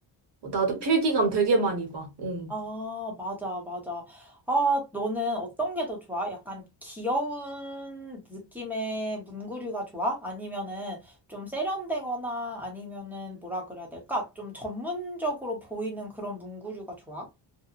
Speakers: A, on the right (about 70°); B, in the centre.
A: 어, 나도
B: 음.
A: 필기감 되게 많이 봐. 응.
B: 아, 맞아, 맞아. 아, 너는 어떤 게 더 좋아? 약간 귀여운 느낌의 문구류가 좋아? 아니면은 좀 세련되거나 아니면은 뭐라 그래야 될까? 좀 전문적으로 보이는 그런 문구류가 좋아?